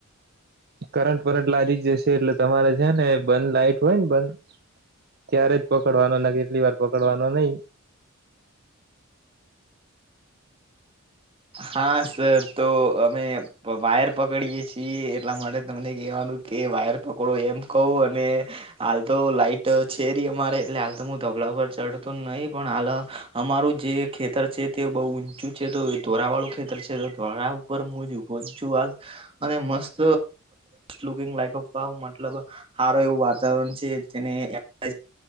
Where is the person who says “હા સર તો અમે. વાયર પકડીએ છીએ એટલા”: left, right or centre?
Right